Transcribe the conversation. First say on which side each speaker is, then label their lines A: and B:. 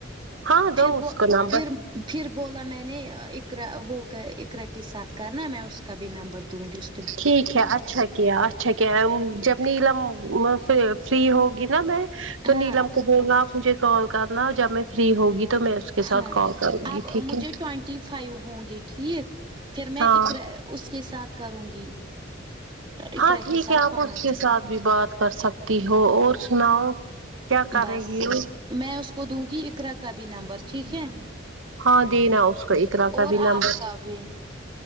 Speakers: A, on the right; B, on the right.
A: ہاں
B: پھر
A: دو اس
B: وہ
A: کو نمبر
B: پھر پھر بولا میں نے اقرا وہ اقرا کے ساتھ کرنا میں اس کا بھی نمبر دوں گی اس
A: ٹھیک ہے اچھا کیا اچھا کیا جب نیلم فری ہوگی نا میں تو
B: ہاں
A: نیلم کو بولنا مجھے کال کرنا جب میں فری ہوگی تو میں کے
B: ہاں
A: ساتھ کال کروں گی
B: اب
A: ٹھیک
B: مجھے
A: ہے
B: ٹونٹی فائیو ہوں گے ٹھیک پھر میں
A: ہاں
B: اقرا اس کے ساتھ کروں گی اقرا
A: ہاں ٹھیک
B: کے ساتھ
A: ہے آپ
B: پانچ
A: اس کے ساتھ بھی بات کر سکتی ہو اور سناؤ کیا کر
B: بس
A: رہی ہو
B: میں اس کو دوں گی اقرا کا بھی نمبر ٹھیک ہے
A: ہاں دینا اس کو اقرا کا
B: اور
A: بھی
B: آپ
A: نمبر
B: کا بھی